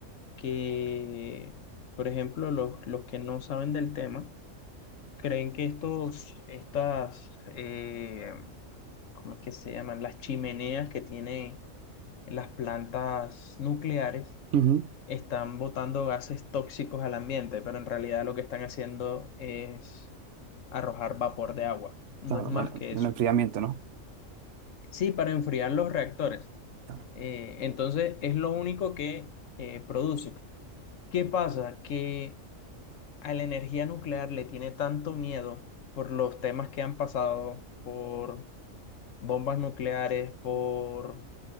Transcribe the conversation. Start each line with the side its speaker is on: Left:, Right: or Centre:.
Left: que, por ejemplo, los, los que no saben del tema, creen que estos, estas, eh, ¿cómo es que se llaman? Las chimeneas que tienen las plantas nucleares
Right: ujú,
Left: están botando gases tóxicos al ambiente, pero en realidad lo que están haciendo es arrojar vapor de agua. No
Right: claro,
Left: es más
Right: bueno,
Left: que
Right: el
Left: eso.
Right: enfriamiento, ¿no?
Left: Sí, para enfriar los reactores.
Right: Claro.
Left: Eh, entonces es lo único que eh, produce. ¿Qué pasa? Que a la energía nuclear le tiene tanto miedo por los temas que han pasado, por bombas nucleares, por